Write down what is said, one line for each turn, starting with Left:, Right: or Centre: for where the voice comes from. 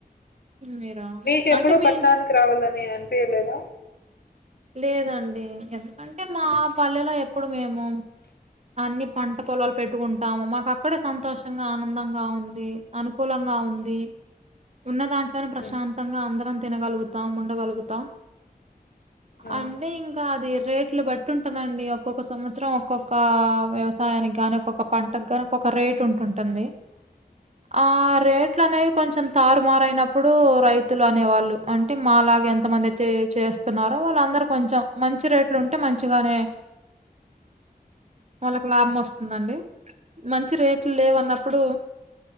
Right: మీరా?
Left: మీకెప్పుడూ
Right: అంటే మీ
Left: పట్ణానికి రావాలని అనిపియాలేదా
Right: లేదండి ఎందుకంటే మా పల్లెలో ఎప్పుడు మేము అన్ని పంట పొలాలు పెట్టుకుంటాము మాకు అక్కడే సంతోషంగా ఆనందంగా ఉంది అనుకూలం గా ఉంది ఉన్నదం కాని ప్రశాంతంగా
Left: ఉమ్
Right: అందరం తినగలుగుతాం ఉండగలుగుతాం
Left: ఉమ్
Right: అంటే ఇంక ంకా అది రేట్లు బట్టి ఉంటదండి ఒక్కొక్క సంవత్సరం ఒక్కొక్క వ్యవసాయానికి గ్గాని ఒక్కొక్క పంట క్కరికి ఒక రేట్ ఉంటుంటుంది ఆ రేట్లు అనేవి కొంచెం తారుమారుయినప్పుడు రైతులు అనేవాళ్ళు అంటే మాల లాగ ఎంతమందయితే చేస్ వాళ్ళందరు కొంచెం మంచి రేట్లు ఉంటే మంచిగానే వాళ్ళకు లాభం వస్తుందండి మంచి రేట్లు లేవన్నప్పుడు